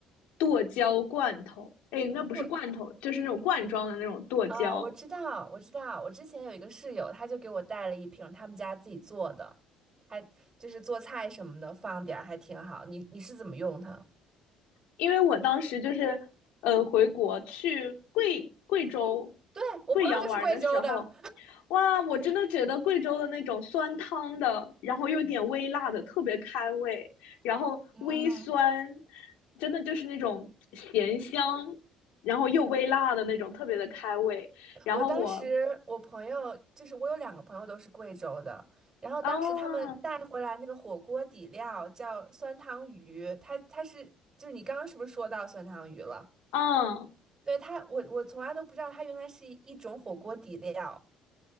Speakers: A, on the left; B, on the right.
A: 剁椒罐头。哎，那不是罐头，
B: 对，
A: 就是那种罐装的那种剁椒。
B: 哦，我知道，我知道，我之前有一个室友，他就给我带了一瓶他们家自己做的，还就是做菜什么的，放点儿还挺好。你你是怎么用它？
A: 因为我当时就是呃回国去贵贵州
B: 对，我朋友就是贵州的，
A: 贵阳玩的时候，哇，我真的觉得贵州的那种酸汤的，然后又有点微辣的，特别开胃，然后微酸，
B: <laughs> 嗯，
A: 真的就是那种咸香，然后又微辣的那种，特别的开胃。然后我
B: 我当时我朋友就是我有两个朋友都是贵州的，然后当时他们带回来那个火锅底料叫酸汤鱼，
A: 啊
B: 它它是就是你刚刚是不是说到酸汤鱼了？
A: 啊，
B: 对它，我我从来都不知道它原来是一一种火锅底料，